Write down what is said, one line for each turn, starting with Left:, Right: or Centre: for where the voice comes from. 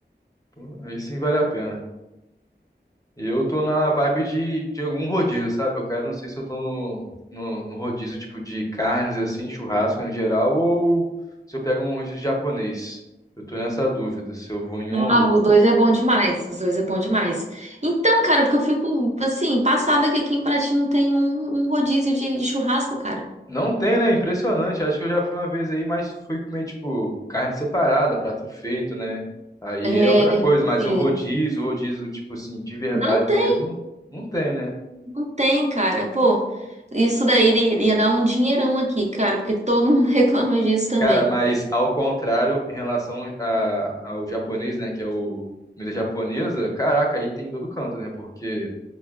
Left: Pô, aí sim vale a pena. E eu tô na vibe de, de algum rodízio, sabe? Eu quero, não sei se eu tô no, no, no rodízio tipo de carnes, assim, churrasco em geral, ou se eu pego um rodízio japonês. Eu tô nessa dúvida, se eu vou em
Right: Ah,
Left: um ou outro.
Right: os dois é bom demais. Os dois é bom demais. Então, cara, porque eu fico assim, passada que aqui em Paraty não tem um, um rodízio de, de churrasco, cara.
Left: Não tem, né? Impressionante. Acho que eu já fui uma vez aí, mas fui comer, tipo, carne separada, prato feito, né? Aí
Right: É,
Left: é outra coisa, mas
Right: sim.
Left: um rodízio, rodízio, tipo assim, de verdade
Right: Não tem,
Left: mesmo, não tem, né?
Right: não tem, cara. Pô, isso daí ele- ia dar um dinheirão aqui, cara, porque todo mundo <laughs> reclama disso também.
Left: Cara, mas ao contrário, em relação a- ao japonês, né? Que é o comida japonesa, caraca, aí tem em todo canto, né? Porque